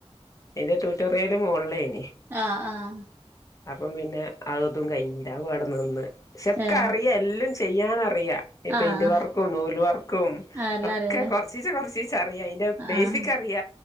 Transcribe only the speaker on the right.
ആഹ് ആഹ്
ഏഹ്
ആഹ്
ആഹ് എല്ലാം
അറിയാല്ലേ
ആഹ്